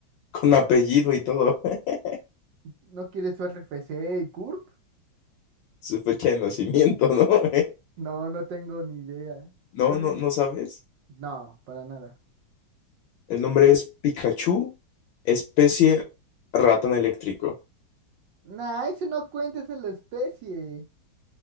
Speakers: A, on the left; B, on the right.
A: Con apellido y todo, <laughs>
B: ¿No quiere su RFC y CURP?
A: su fecha de nacimiento, ¿no? <laughs>
B: No, no tengo ni idea.
A: No,
B: ¿Cuál
A: no,
B: es?
A: no sabes.
B: No, para nada.
A: El nombre es Pikachu, especie ratón eléctrico.
B: Nah, eso no cuenta, esa es la especie.